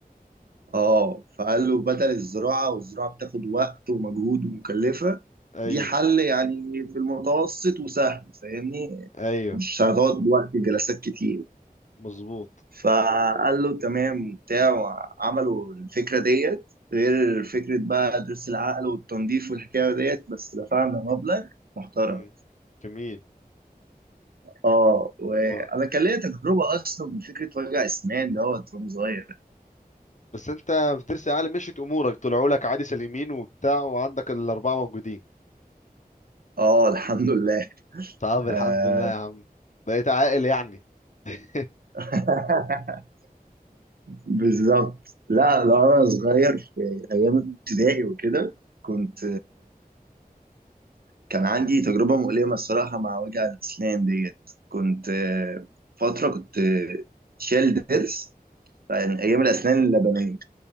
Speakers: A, on the right; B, on the left.
A: اه فقال له بدل الزراعة والزراعة بتاخد وقت ومجهود ومكلفة
B: ايوه
A: دي حل يعني في المتوسط وسهل فاهمني
B: ايوه
A: مش هتقعد وقت جلسات كتير
B: مظبوط
A: فقال له تمام وبتاع وعملوا الفكرة ديت غير فكرة بقى درس العقل والتنظيف والحكاية ديت بس دفعنا مبلغ محترم
B: امم جميل
A: اه وانا
B: و...
A: كان ليا تجربة اصلا من فكرة وجع اسنان دوت وانا صغير
B: بس انت في درس عالي مشيت امورك طلعوا لك عادي سليمين وبتاع وعندك الاربعه موجودين
A: اه الحمد لله
B: طب الحمد
A: آه
B: لله يا عم بقيت عاقل يعني <laughs>
A: <laughs> بالظبط لا لا انا صغير في ايام ابتدائي وكده كنت كان عندي تجربة مؤلمة الصراحة مع وجع الأسنان ديت كنت آه، فترة كنت آه، شايل ضرس عن أيام الأسنان اللبنية